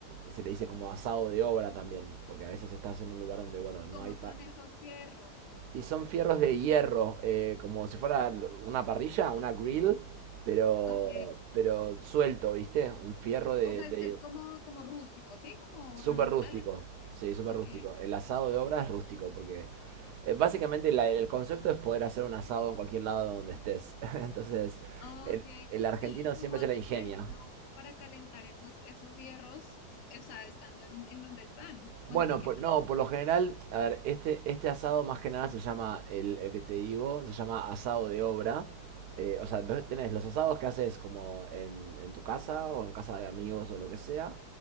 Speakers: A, on the right; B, on the left.
A: se le dice como asado de obra también, porque a veces estás en un lugar donde, bueno, no
B: ¿Cómo
A: hay... pa-
B: son esos fierros?
A: y son fierros de hierro, eh, como si fuera una parrilla, una grill, pero,
B: Ok.
A: pero suelto, ¿viste? Un fierro de,
B: O sea,
A: de-
B: es, es como, como rústico, ¿sí? Como
A: súper
B: ornamentales.
A: rústico. Sí, súper
B: Ok.
A: rústico. El asado de obra es rústico, porque eh, básicamente la- el concepto es poder hacer un asado en cualquier lado donde estés. <laughs> Entonces,
B: Ok.
A: el, el argentino
B: ¿Y, y
A: siempre
B: cómo
A: se
B: hacen,
A: la ingenia.
B: por ejemplo, para calentar esos, esos hierros, o sea, estando en, en donde están
A: Bueno,
B: o en cualquier
A: por-
B: lado?
A: no, por lo general, a ver, este, este asado más que nada se llama, el, el que te digo, se llama asado de obra. Eh, o sea, vos tenés los asados que haces como en, en tu casa o en casa de amigos o lo que sea.